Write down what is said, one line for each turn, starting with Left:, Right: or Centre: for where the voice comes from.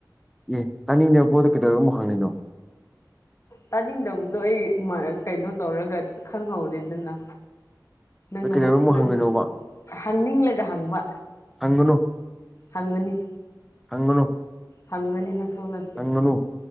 Centre: ꯑꯦ ꯇꯥꯅꯤꯡꯗꯕ ꯄꯣꯠꯇꯣ ꯀꯩꯗꯧꯕ ꯑꯃꯨꯛ ꯍꯪꯂꯤꯅꯣ
Left: ꯇꯥꯅꯤꯡꯗꯕꯗꯣ ꯑꯩ ꯃ ꯀꯩꯅꯣ ꯇꯧꯔꯒ ꯈꯪꯍꯧꯔꯦꯗꯅ ꯅꯪꯅ
Centre: ꯑꯗꯨ ꯀꯩꯗꯧꯕꯩ ꯑꯃꯨꯛ
Left: ꯅꯪꯅ
Centre: ꯍꯪꯉꯤꯅꯣꯕ
Left: ꯍꯪꯅꯤꯡꯂꯒ ꯍꯪꯕ
Centre: ꯍꯪꯒꯅꯨ
Left: ꯍꯪꯒꯅꯤ
Centre: ꯍꯪꯒꯅꯨ
Left: ꯍꯪꯒꯅꯤ ꯅꯊꯧ ꯅꯠꯇꯦ
Centre: ꯍꯪꯒꯅꯨ